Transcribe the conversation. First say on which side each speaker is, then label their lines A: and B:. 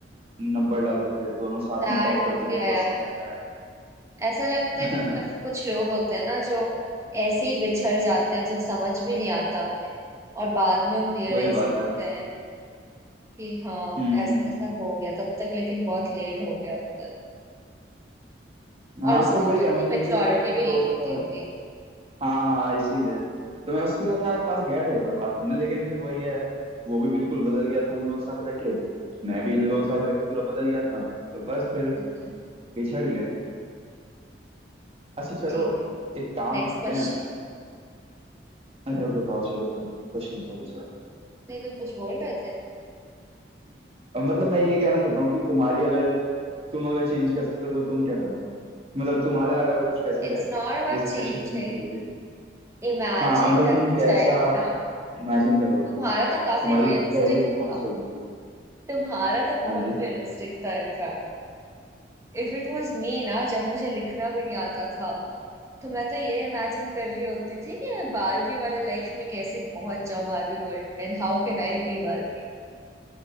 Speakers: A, on the right; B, on the right.
A: नंबर लाते थे दोनों साथ
B: सैड
A: में टॉप करते
B: हो गया
A: थे फर्स्ट
B: यार
A: सेकंड
B: ऐसा लगता है
A: में
B: कि मतलब ऐसे कुछ लोग होते हैं ना जो ऐसे ही बिछड़ जाते हैं जब समझ भी नहीं आता हमें और बाद में
A: <laughs>
B: हम रियलाइज
A: वही बात
B: करते
A: है
B: हैं कि हाँ
A: हम्म
B: ऐसा
A: हम्म
B: ऐसा हो गया तब तक लेकिन बहुत लेट हो गया होता है
A: हाँ
B: और उस
A: तो
B: टाइम
A: वही
B: तो
A: है
B: इतनी
A: मतलब
B: मेच्योरिटी
A: कि वही मेरा
B: भी नहीं
A: दोस्त
B: होती
A: था
B: होगी
A: हाँ हाँ इसीलिए तो मैं उसके यार पास गया था एक बार बात करने लेकिन फिर वही है वो भी बिल्कुल बदल गया था हम लोग के साथ रह के मैं भी इन लोगों के साथ रह के पूरा बदल गया था तो बस फिर
B: अच्छा,
A: पिछड़ ही गए अच्छा चलो
B: ठीक है
A: एक काम
B: Next
A: करते
B: question
A: हैं अच्छा बताओ चलो तुम क्वेश्चन बताओ इस बार
B: नहीं तुम कुछ बोल रहे थे
A: अब मतलब मैं ये कहना चाहता हूँ कि तुम्हारी अगर तुम अगर चेंज कर सकते हो तो तुम क्या करोगे मतलब तुम्हारा अगर कुछ ऐसा
B: It's
A: रहे
B: not about
A: जो सिचुएशन
B: change
A: तुमने बदली
B: imagined
A: हाँ मतलब तुम
B: as a
A: कैसा
B: child ना
A: इमेजिन करोगे
B: तुम्हारा तो
A: तुम्हारी
B: काफी रियलिस्टिक
A: पहली
B: था
A: बुक कौन सी होगी
B: तुम्हारा तो
A: हाँ
B: बहुत
A: जी
B: रियलिस्टिक था in fact If it was me ना जब मुझे लिखना भी नहीं आता था तो मैं तो ये इमेजिन कर रही होती थी कि मैं बारहवीं वाले लाइफ में कैसे पहुंच जाऊं बारहवीं वर्ल्ड में how can I be Barbie